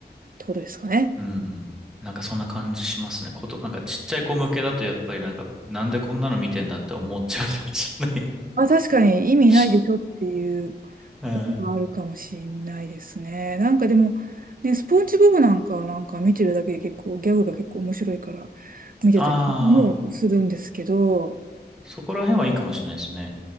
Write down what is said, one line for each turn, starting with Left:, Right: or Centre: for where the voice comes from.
Right: てことですかね。
Centre: うん。なんかそんな感じしますね。こと、なんかちっちゃい子向けだとやっぱりなんか、なんでこんなの見てんだって思っちゃうかもしれない。
Right: あ、確かに意味ないでしょっていうことがあるかもしれないですね。
Centre: <laughs> うん。
Right: なんかでも、ね、スポンジボブなんかはなんか見てるだけで結構ギャグが結構面白いから見てたりもするんですけど、
Centre: ああ、そこら辺はいいかもしれないですね。